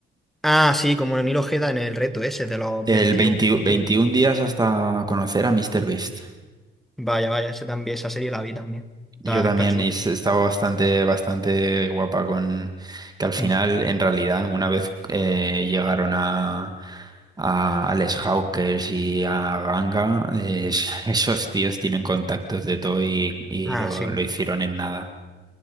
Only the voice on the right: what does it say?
El
20 21
días hasta conocer a Mister Beast.
Yo
también
y s- estaba bastante, bastante guapa con que al final,
en realidad, una vez eh, llegaron a, a, a Les Hawkers y a Ganga, eh, es- <laughs> esos tíos tienen contactos de todo y, y
lo,
lo hicieron en nada.